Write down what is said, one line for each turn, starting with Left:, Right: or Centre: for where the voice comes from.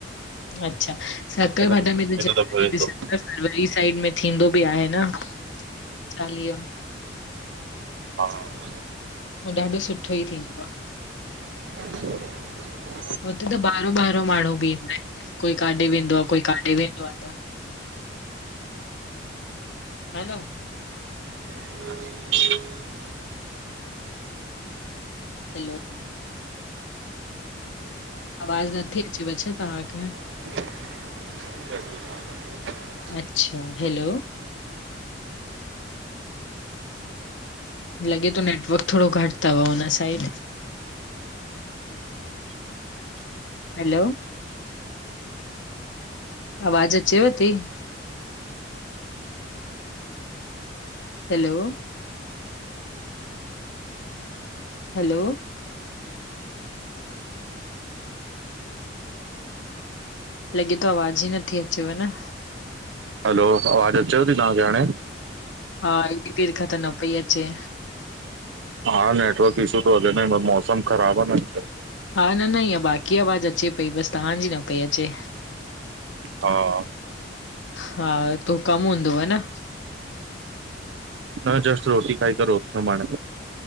Left: अच्छा चकरभाटा
Right: हिन
Left: में ॼरूर
Right: हिन दफ़ो वेंदुमि
Left: ॾिसण वरी साइड में थींदो बि आहे न चालीहो
Right: हा हा
Left: हू ॾाढो सुठो ई थींदो आ
Right: <inaudible>
Left: हुते त ॿाहिरो- ॿिहिरो माण्हू बि ईंदा आहिनि कोई काॾे वेंदो आ कोई काॾे वेंदो आ त। हा न
Right: <inaudible>
Left: हैलो आवाज़ नथी अचे व छा तव्हांखे
Right: <unintelligible>
Left: अच्छा हैलो लॻे थो नेटवर्क थोड़ो घटि तव हुन साइड हैलो आवाजु अचेव थी हैलो हैलो लॻे थो आवाज़ ई नथी अचेव न
Right: हैलो आवाज़ु अचेव थी तव्हांखे हाणे
Left: हा एॾी देर खां त न पई अचे
Right: हा नेटवर्क इशू थो हले न हिनमहिल मौसम ख़राब आ न हिते
Left: हा न न ईअ बाक़ी आवाज़ु अचे पई बसि तव्हांजी न पई अचे
Right: हा
Left: हा तो कम हूंदोव न?
Right: न जस्ट रोटी खाई करे उथ्यिम हाणे।